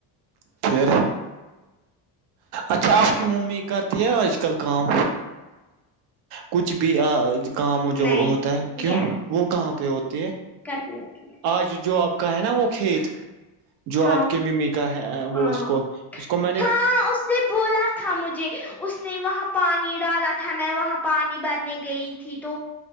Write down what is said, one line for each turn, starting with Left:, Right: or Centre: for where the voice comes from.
Right: پھر اچھا آپ کی ممی کرتی ہے آج کل کام کچھ بھی کام
Centre: نہیں
Right: جب ہوتا ہے کیوں
Centre: یا
Right: وہ کہاں پہ ہوتی ہے
Centre: کر بھی ہوتی ہے
Right: آج جو آپ کا ہے نا وہ کھیت جو
Centre: ہاں
Right: آپ کے ممی کا ہے وہ
Centre: ہاں
Right: اس کو اس کو میں نے
Centre: ہاں اس نے بولا تھا مجھے اس نے وہاں پانی ڈالا تھا میں وہاں پانی بھرنے گئی تھی تو